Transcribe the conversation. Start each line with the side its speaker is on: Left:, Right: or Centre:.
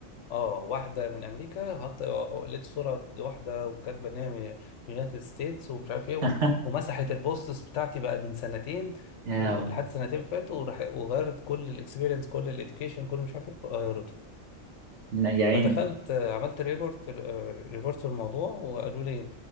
Left: اه واحدة من أمريكا حط آه، آه، لقيت صورة لواحدة وكاتبة إن هي من يونايتد ستيتس ومش عارف إيه و-
Right: <laughs>
Left: ومسحت البوستس بتاعتي بقى من سنتين
Right: يا
Left: ولحد
Right: لهوي
Left: سنتين فاتوا وراح- وغيرت كل الإكسبيرينس كل الإديوكيشن كل مش عارف إيه غيرته
Right: لا، يا عيني
Left: فدخلت آه، عملت ريبورت ريبورت الموضوع وقالوا لي